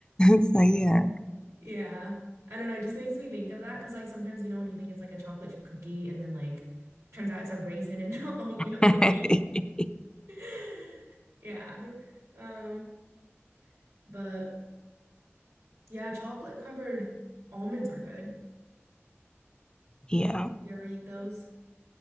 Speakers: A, on the left (about 20°); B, on the right (about 80°).
A: so yeah.
B: <laughs> yeah, I don't know. It just makes me think of that because, like, sometimes, you know, when you think it's like a chocolate chip cookie and then, like, turns out it's a raisin and <laughs> not oatmeal
A: <laughs>
B: cookie. <laughs> Yeah. Um, but yeah, chocolate covered almonds are good.
A: Yeah.
B: You ever eat those?